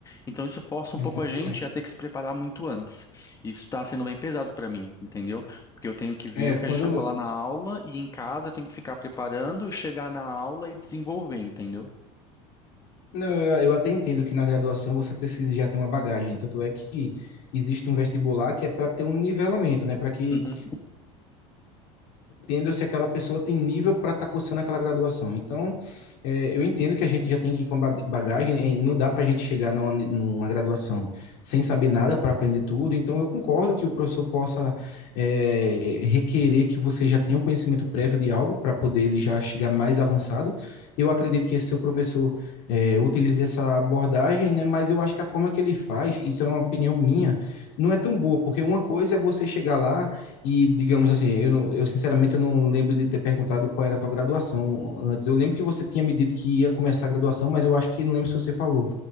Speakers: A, on the left; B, on the left.
A: Então isso força um pouco
B: isso é
A: a
B: muito
A: gente
B: ruim.
A: a ter que se preparar muito antes. Isso está sendo bem pesado para mim, entendeu? Porque eu tenho que ver
B: É,
A: o que
B: quando,
A: a gente vai falar na aula e em casa eu tenho que ficar preparando e chegar na aula e desenvolver, entendeu?
B: Não, eu, eu até entendo que na graduação você precisa já ter uma bagagem, tanto é que existe um vestibular que é para ter um nivelamento, né? Para que
A: Uhum,
B: entenda se aquela pessoa tem nível para estar tá cursando aquela graduação. Então, é, eu entendo que a gente já tem que ir com bagagem, é, não dá para a gente chegar numa, numa graduação sem saber nada para aprender tudo. Então, eu concordo que o professor possa é, requerer que você já tenha um conhecimento prévio de algo para poder ele já chegar mais avançado. Eu acredito que esse seu professor é, utilize essa abordagem, né? Mas eu acho que a forma que ele faz, isso é uma opinião minha, não é tão boa, porque uma coisa é você chegar lá e, digamos assim, eu, não, eu sinceramente eu não lembro de ter perguntado qual era a tua graduação antes. Eu lembro que você tinha me dito que ia começar a graduação, mas eu acho que não lembro se você falou.